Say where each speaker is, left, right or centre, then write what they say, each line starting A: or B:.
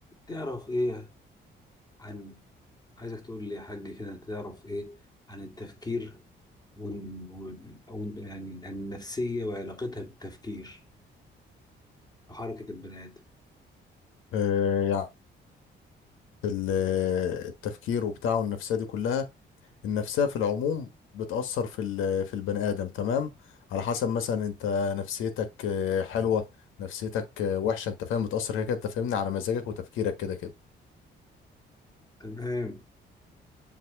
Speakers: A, on the left; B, on the left.
A: تعرف ايه عن عايزك تقول لي يا حاج كده تعرف ايه عن التفكير ون... ون... او يعني عن النفسية وعلاقتها بالتفكير وحركة البني آدم
B: آه، يعني ال- التفكير وبتاعه النفسية دي كلها النفسية في العموم بتأثر في ال- في البني آدم تمام على حسب مثلا انت نفسيتك آه، حلوة نفسيتك آه، وحشة انت فاهم بتأثر كده كده انت فاهمني على مزاجك وتفكيرك كده كده
A: تمام